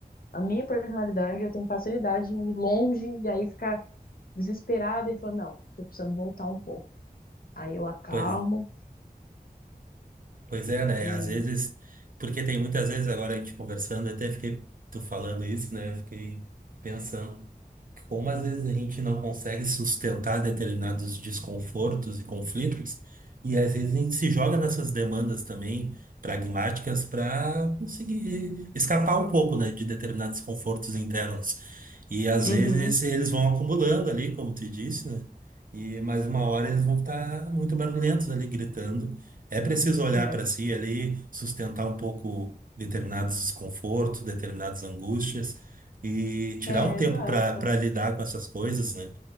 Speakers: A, on the left; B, on the right.
A: a minha personalidade, eu tenho facilidade em ir longe e aí ficar desesperada e falar, não, tô precisando voltar um pouco. Aí eu acalmo
B: Pois, pois é, né?
A: e.
B: Às vezes, porque tem muitas vezes agora a gente conversando, até fiquei, tu falando isso, né? Eu fiquei pensando. Como às vezes a gente não consegue sustentar determinados desconfortos e conflitos, e às vezes a gente se joga nessas demandas também pragmáticas para conseguir escapar um pouco, né, de determinados confortos internos. E às
A: Uhum.
B: vezes eles vão acumulando ali, como tu disse, né? E mais uma hora eles vão estar muito barulhentos ali, gritando. É preciso olhar
A: É,
B: para si ali, sustentar um pouco determinados desconfortos, determinadas angústias e tirar
A: é,
B: um tempo
A: exato.
B: para lidar com essas coisas, né?